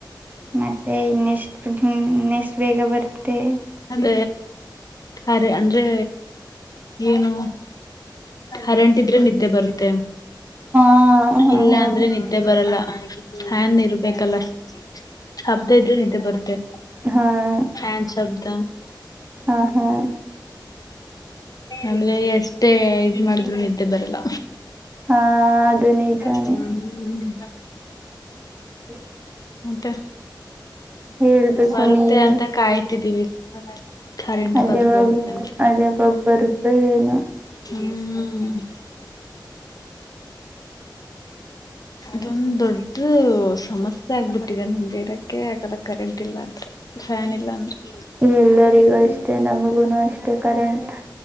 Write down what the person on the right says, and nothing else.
ಮತ್ತೆ ಇನ್ನೆಷ್ಟು ಇನ್ನೆಷ್ಟು ಬೇಗ ಬರುತ್ತೆ
ಹಾ ಹಾ
ಹಾ
ಹಾ
ಹಾ ಹಾ
ಹಾ ನಿಜಾನೇ
ಹ್ <unintelligible>
ಹೇಳ್ಬೇಕು
ನೀವೇ
ಅದೇ
ಬ
ಅದೇ ಬಾಗ ಬರುತ್ತೆ ಏನು <unintelligible>
ಎಲ್ಲರಿಗೂ ಅಷ್ಟೇ ನಮಗೂನು ಅಷ್ಟೆ ಕರೆಂಟ್